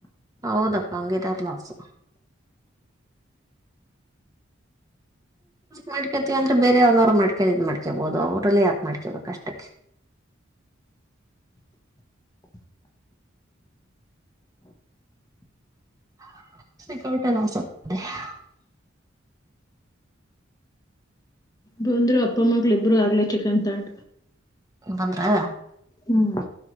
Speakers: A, on the right (about 20°); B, on the left (about 20°).
A: ಹೌದಪ್ಪ ಹಂಗಿದಾರ್ ಲಾಸ್. ಮಾಡ್ಕತಿ ಅಂದ್ರೆ ಬೇರೆ ಅವನವ್ರು ಮಾಡ್ಕ ಇದ ಮಾಡ್ಕೇಬೋದು ಅವ್ರಲ್ಲೇ ಯಾಕ ಮಾಡ್ಕೇಕ್ ಅಷ್ಟಕ್ಕೆ.
B: <inaudible>
A: <unintelligible>
B: ಬಂದ್ರು ಅಪ್ಪ ಮಗಳಿಬ್ಬರು ಆಗ್ಲೇ ಚಿಕನ್ ತಂಡ.
A: ಬಂದ್ರಾ.
B: ಹ್ಮ್.